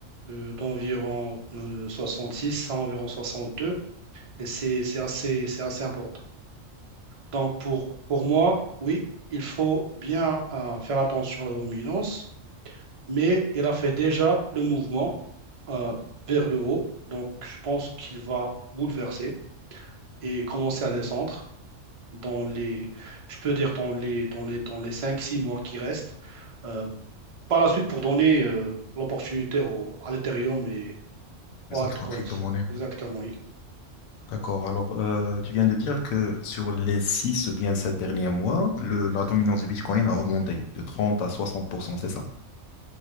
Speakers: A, on the right; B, on the left.
A: euh, d'environ euh, 66 à environ 62. Et c'est c'est assez, c'est assez important. Donc, pour, pour moi, oui, il faut bien euh, faire attention à la dominance, mais il a fait déjà le mouvement euh, vers le haut. Donc, je pense qu'il va bouleverser et commencer à descendre dans les, je peux dire, dans les, dans les, dans les cinq six mois qui restent. Euh, par la suite pour donner euh, l'opportunité au- à l'Ethereum et aux
B: Les
A: altcoins.
B: autres crypto-monnaies.
A: Exactement. oui.
B: D'accord. Alors, euh, tu viens de dire que sur les 6 ou bien 7 derniers mois, le, la dominance du Bitcoin a augmenté de 30 à 60% c'est ça?